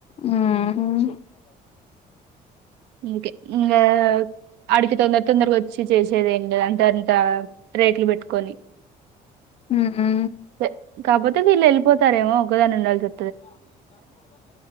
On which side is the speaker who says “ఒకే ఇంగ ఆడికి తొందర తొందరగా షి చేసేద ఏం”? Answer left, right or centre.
Right